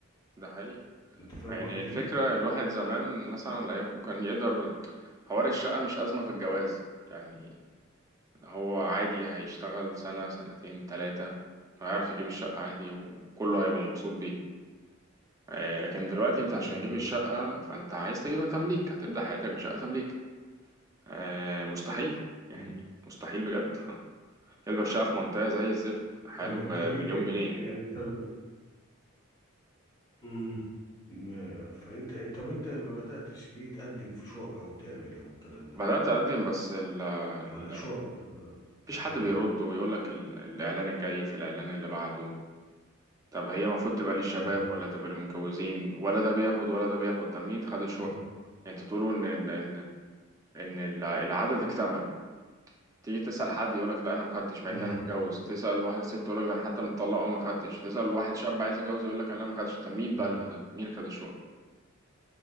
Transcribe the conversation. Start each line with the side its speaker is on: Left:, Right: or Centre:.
Right: ده حقيقي
Left: انت فاهم
Right: يعني
Left: قصدي
Right: الفكرة
Left: ايه
Right: الواحد زمان مثلا أيامكم كان يقدر حوار الشقة مش أزمة في الجواز يعني هو عادي هيشتغل سنة سنتين تلاتة هيعرف يجيب الشقة عادي وكله هيبقى مبسوط بيه آه، لكن دلوقتي انت عشان
Left: امم
Right: تجيب الشقة فانت عايز تجيبها تمليك هتبدأ حياتك بشقة تمليك آه، مستحيل يعني
Left: امم
Right: مستحيل بجد كلبة الشقة في منطقة زي الزفت حاله
Left: طب انت ليه
Right: بمليون جنيه
Left: يعني طب امم يا- فانت طب انت ما بدأتش ليه تقدم في شقة او تعمل او الكلام ده
Right: بدأت أقدم بس ال ال
Left: على شقة
Right: مفيش حد
Left: مم.
Right: بيرد ويقول لك ال- الإعلان الجاي في الإعلان اللي بعده طب هي المفروض تبقى للشباب
Left: امم
Right: ولا تبقى للمتجوزين ولا ده بياخد ولا ده بياخد طب مين خد الشقة
Left: امم
Right: يعني انتوا تقولوا ان ان ان إن الع- العدد اكتمل تيجي تسأل حد يقول لك لا أنا ما خدتش مع
Left: مم.
Right: إن أنا متجوز تسأل واحد ست تقول لك ده أنا حتى متطلق وما خدتش تسأل واحد شاب عايز يتجوز يقول لك أنا لا ما خدتش طب مين بقى
Left: مم.
Right: اللي خد مين اللي خد شو